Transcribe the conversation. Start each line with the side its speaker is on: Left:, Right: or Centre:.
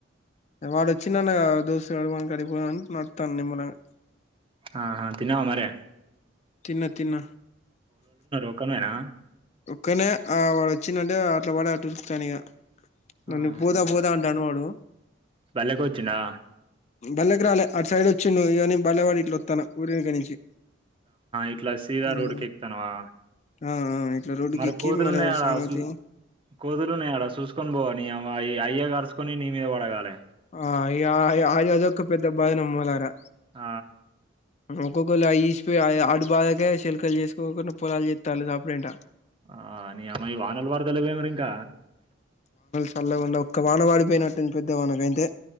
Left: వాడు వచ్చిండు అన్న కదా దోస్త్ గాడు వాడి కడకి పోదాం అని నడ్డుస్తున్నా నిమ్మలంగా
Right: ఆహా తిన్నావా మరి
Left: తిన్న తిన్న
Right: ఒక్కనివేనా?
Left: ఒక్కనే ఆ వాడు వచ్చిందంటే అట్లా పడి అట్లా ఊరుకుతాన్ ఇక నన్ను
Right: ఆహా!
Left: బూతా బూదా అంటాడు వాడు
Right: బళ్ళేకొచ్చిండా?
Left: బలేగరాలే అటు సైడ్ వచ్చి నువు ఇవన్నీ బల్లవాడి ఇట్లా వస్తానా ఊరి ఇగ నుంచి
Right: ఇట్లా సీదా
Left: హ్మ్
Right: రోడ్డుకి ఎక్కుతానవా
Left: ఆ ఆ ఇట్లా రోడ్డుకి
Right: మరి
Left: ఎక్కి
Right: కోతులున్నాయి
Left: వాడి
Right: అడా
Left: సంగతి
Right: చూ కోతులు ఉన్నాయి అడా చూసుకొనిపో నీ అవ అయ్య అయ్యె కరుసుకొని నీ మీద పడగాలే
Left: ఆ ఇక అది అదొక్క పెద్ద బాధ ని మూలానా
Right: ఆ
Left: ఒక్కొక్కరు ఈసిపోయి అటు బాధక శిల్కలు చేసుకోకుండా పొలాలు చెస్తారు సపరేట్
Right: ఆ నీ అమ్మా ఈ వానలు పడతల వేమిరా ఇంకా
Left: కల్కుండా ఒక్క వాన పడిపోయినట్టు పెద్ద వాన ఇక ఇంతే